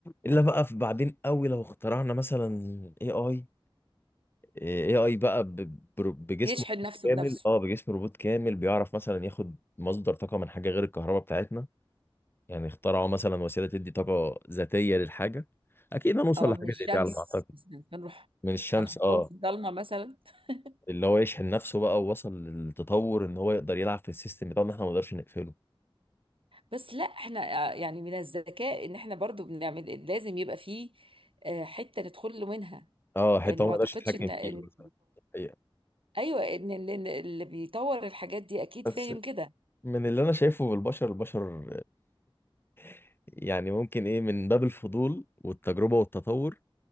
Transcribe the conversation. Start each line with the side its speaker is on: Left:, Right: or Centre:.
Left: إلا بقى في بعدين قوي لو اخترعنا مثلا اي اي اي اي بقى ب- بر- بجسم
Right: يشحن نفسه
Left: كامل
Right: بنفسه
Left: اه بجسم روبوت كامل بيعرف مثلا ياخد مصدر طاقة من حاجة غير الكهرباء بتاعتنا يعني اخترعوا مثلا وسيله تدي طاقه ذاتيه للحاجه اكيد هنوصل
Right: او
Left: لحاجه
Right: من الشمس
Left: زي دي على ما اعتقد
Right: مثلا هنروح
Left: من الشمس
Right: هنحطهم
Left: اه
Right: في الضلمه مثلا <laughs>
Left: اللي هو يشحن نفسه بقى ووصل للتطور ان هو يقدر يلعب في السيستم بتاعنا احنا ما نقدرش نقفله
Right: بس لا احنا آه، يعني من الذكاء ان احنا برضو بنعمل لازم يبقى فيه آه، حته ندخل له منها
Left: اه حته
Right: يعني ما
Left: هو ما
Right: اعتقدش
Left: يقدرش يتحكم
Right: ان ان
Left: فيها مثلا الحقيقة.
Right: ايوه ان إن- إن اللي بيطور الحاجات دي اكيد
Left: بس
Right: فاهم كده
Left: من اللي انا شايفه بالبشر البشر <laughs> يعني ممكن ايه من باب الفضول والتجربه والتطور